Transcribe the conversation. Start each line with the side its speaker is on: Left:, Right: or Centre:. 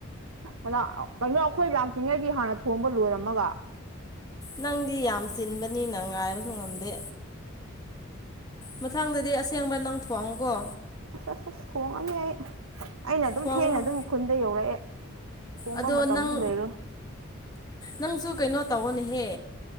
Right: ꯀꯩꯅꯣ ꯑꯩꯈꯣꯏ ꯂꯥꯛꯇ꯭ꯔꯤꯉꯩꯗꯤ ꯍꯥꯟꯅ ꯊꯣꯡꯕ ꯂꯣꯏꯔꯝꯃꯒ
Left: ꯅꯪꯗꯤ ꯌꯥꯝ ꯆꯤꯟꯕꯅꯤ ꯅ ꯉꯥꯏꯕꯁꯨ ꯉꯝꯗꯦ ꯃꯊꯪꯗꯗꯤ ꯑꯁꯦꯡꯕ ꯅꯪ ꯊꯣꯡꯉꯣꯀꯣ
Right: ꯑ ꯑꯁ ꯑꯁ ꯊꯣꯡꯉꯅꯤ ꯑꯩ ꯑꯩꯅ ꯑꯗꯨꯝ
Left: ꯊꯣꯡꯉꯣ
Right: ꯊꯦꯡꯅ ꯑꯗꯨꯝ ꯈꯨꯟꯗ ꯌꯧꯔꯛꯑꯦ ꯊꯣꯡꯕ
Left: ꯑꯗꯣ
Right: ꯃꯇꯝꯁꯨ
Left: ꯅꯪ
Right: ꯂꯩꯔꯣꯏ
Left: ꯅꯪꯁꯨ ꯀꯩꯅꯣ ꯇꯧꯑꯣꯅꯦꯍꯦ